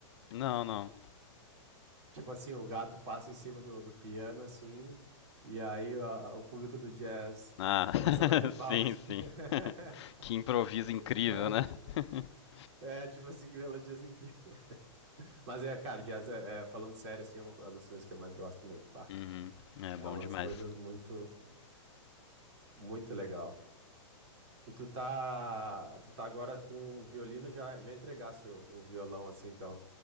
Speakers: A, on the left (about 60°); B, on the right (about 60°).
A: Não, não.
B: Tipo assim, o gato passa em cima do, do piano, assim, e aí a- o público do jazz
A: Ah,
B: começa a bater
A: <laughs> sim,
B: palmas.
A: sim.
B: <laughs>
A: Que improviso incrível,
B: Mas
A: né? <laughs>
B: é, tipo assim, que melodias incríveis. Mas é, cara, jazz, é, é, falando sério, assim, é uma co- uma das coisas que eu mais gosto mesmo. Bah,
A: Uhum.
B: é umas
A: Mas,
B: coisas muito, muito legal. E tu tá, tu tá agora com o violino, já, já entregasse o, o violão, assim, então,